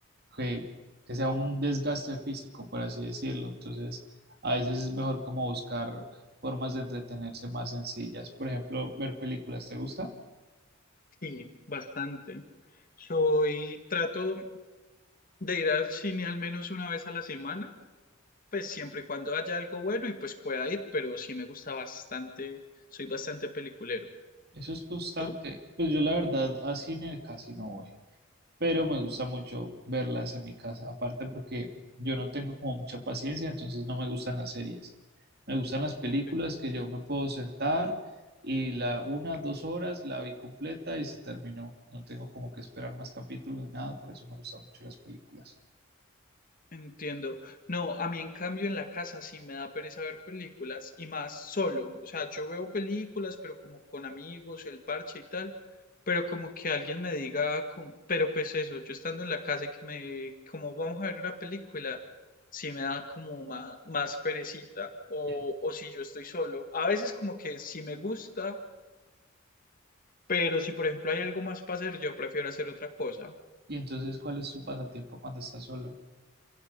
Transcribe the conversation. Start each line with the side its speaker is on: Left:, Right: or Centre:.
Right: que, que sea un desgaste físico, por así decirlo. Entonces, a veces es mejor como buscar formas de entretenerse más sencillas. Por ejemplo, ver películas, ¿te gusta?
Left: Sí, bastante. Soy, trato de ir al cine al menos una vez a la semana, pues siempre y cuando haya algo bueno y pues pueda ir, pero sí me gusta bastante, soy bastante peliculero.
Right: Eso es constante.
Left: ¿Tú?
Right: Pues yo la verdad a cine casi no voy, pero me gusta mucho verlas en mi casa, aparte porque yo no tengo como mucha paciencia, entonces no me gustan las series. Me gustan las películas
Left: Ok.
Right: que yo me puedo sentar y la una, dos horas la vi completa y se terminó. No tengo como que esperar más capítulos ni nada, por eso me gustan mucho las películas.
Left: Entiendo. No, a mí en cambio en la casa sí me da pereza ver películas y más solo. O sea, yo veo películas, pero como con amigos, el parche y tal, pero como que alguien me diga, como- pero pues eso, yo estando en la casa y que me, como vamos a ver una película, sí me da como más, más perecita. O,
Right: Y
Left: o si yo estoy solo. A veces como que sí me gusta, pero si por ejemplo hay algo más para hacer, yo prefiero hacer otra cosa.
Right: y entonces, ¿cuál es tu pasatiempo cuando estás solo?